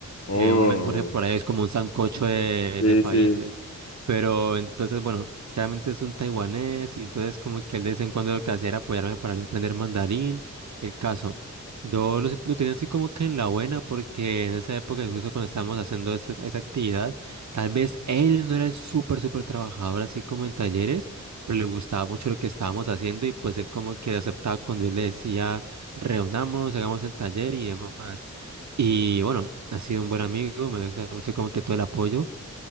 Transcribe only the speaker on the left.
Oh,
sí,
sí.